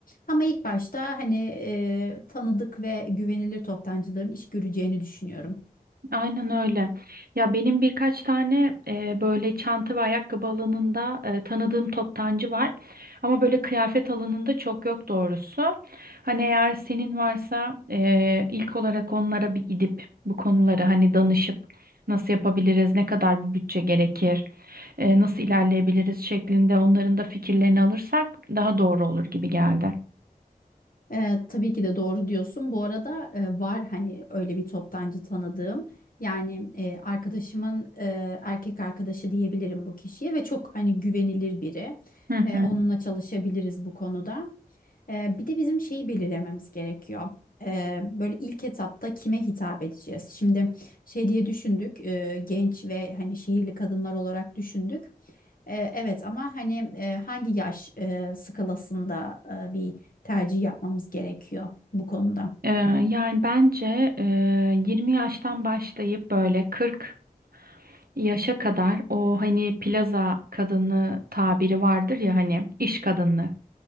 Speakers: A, on the left; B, on the right.
A: Ama ilk başta hani e, tanıdık ve güvenilir toptancıların iş göreceğini düşünüyorum.
B: Aynen öyle. Ya benim birkaç tane e, böyle çanta ve ayakkabı alanında e, tanıdığım toptancı var. Ama böyle kıyafet alanında çok yok doğrusu. Hani eğer senin varsa e, ilk olarak onlara bir gidip bu konuları hani danışıp nasıl yapabiliriz, ne kadar bir bütçe gerekir, e, nasıl ilerleyebiliriz şeklinde onların da fikirlerini alırsak daha doğru olur gibi geldi.
A: E, tabii ki de doğru diyorsun. Bu arada e, var hani öyle bir toptancı tanıdığım. Yani e, arkadaşımın e, erkek arkadaşı diyebilirim bu kişiye ve çok hani güvenilir biri.
B: Hı hı.
A: E, onunla çalışabiliriz bu konuda. Ee, bir de bizim şeyi belirlememiz gerekiyor. Ee, böyle ilk etapta kime hitap edeceğiz? Şimdi şey diye düşündük, e, genç ve hani şehirli kadınlar olarak düşündük. Ee, evet ama hani e, hangi yaş e, skalasında e, bir tercih yapmamız gerekiyor bu konuda?
B: Ee, yani bence e, 20 yaştan başlayıp böyle 40 Yaşa kadar o hani plaza kadını tabiri vardır ya hani iş kadını.